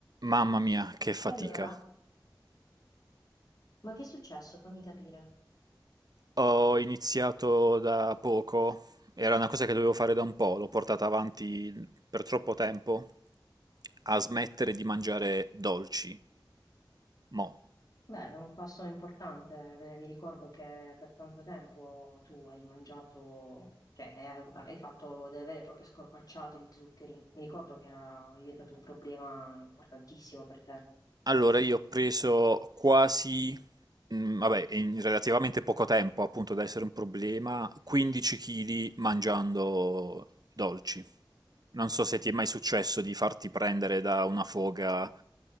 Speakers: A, on the right; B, on the left.
A: Mamma mia, che fatica.
B: E allora, ma che è successo? Fammi capire.
A: Ho iniziato da poco, era una cosa che dovevo fare da un po', l'ho portata avanti per troppo tempo, a smettere di mangiare dolci. Mo.
B: Beh, è un passo importante. eh, Mi ricordo che per tanto tempo tu hai mangiato, cioè eh, hai fatto delle vere e proprie scorpacciate di zuccheri. Mi ricordo che era diventato un problema importantissimo per te.
A: Allora io ho preso quasi, mm, vabbè, in relativamente poco tempo, appunto da essere un problema, 15 kg mangiando dolci. Non so se ti è mai successo di farti prendere da una foga